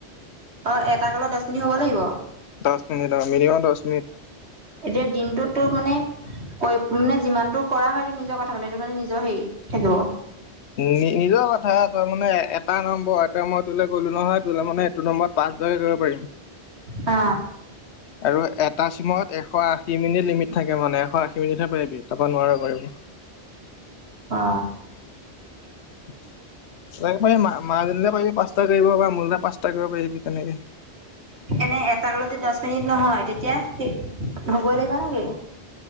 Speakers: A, on the right (about 75°); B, on the left (about 80°).
A: অ এটা কালত দশ মিনিট হব লাগিব।
B: দহ মিনিট অ' মিনিমাম দহ মিনিট।
A: এতিয়া দিনটোটোত মানে কৈ মানে যিমানটো কৰা হয়টো নিজৰ কথা মানে এইটো মানে নিজৰ হেৰি থাকিব।
B: নি নিজৰ কথা তাৰ মানে এটা নম্বৰ এয়া মই তোলে ক'লো নহয়, তোলে মানে এইটো নম্বৰত পাঁচ জনকে কৰিব পাৰিম।
A: অ।
B: আৰু এটা চিমত এশ আশী মিনিট লিমিট থাকে মানে এশ আশী মিনিটহে পা বি তাৰপৰা নোৱাৰ পাৰিব।
A: অ।
B: <unintelligible> তাক পাৰি মা মাজনী পাৰিবি পাঁচটা কৰিব বা মোৰনা পাঁচটা কৰিব পাৰিবি তেনেকে।
A: এনে এটা কলত যদি দহ মিনিট নহয় তেতিয়া হ'বই লাগিব নেকি?